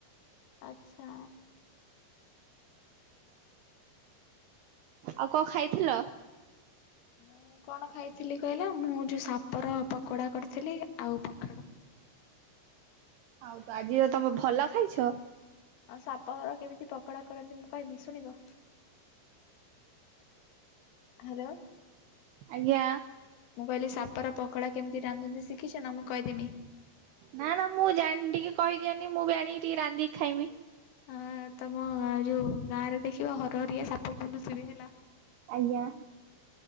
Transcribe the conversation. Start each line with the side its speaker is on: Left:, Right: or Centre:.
Left: ଆଚ୍ଛା।
Right: ଆଉ କଣ ଖାଇଥିଲ?
Left: ମୁଁ କଣ ଖାଇଥିଲି କହିଲା ମୁଁ ଯୋଉ ସାପର ପକୋଡା କରିଥିଲି, ଆଉ ପଖାଡ
Right: ହଉ ଆଜି ତ ତମେ ଭଲ ଖାଇଛ!
Left: ଆଉ ସାପ ଘର କେମିତି ପକୋଡା କରନ୍ତି, ମୁଁ କହିବି ଶୁଣିବ? ହ୍ୟାଲୋ!
Right: ଆଜ୍ଞା।
Left: ମୁଁ କହିଲି ସାପର ପକଡା କେମିତି ରାନ୍ଧନ୍ତି ଶିଖିଛ ନା ମୁଁ କହିଦେମି?
Right: ନା ନା ମୁଁ ଜାଣି ଟିକେ କହିଦିଅନି, ମୁଁ ବି ଆଣିକି ଟିକେ ରାନ୍ଧିକି ଖାଇମି।
Left: ହଁ ତମ ଯୋଉ ଗାଁ ରେ ଦେଖିବ ହରହରିଆ ସାପ ବୁଲୁସ ବି ହେଲା।
Right: ଆଜ୍ଞା।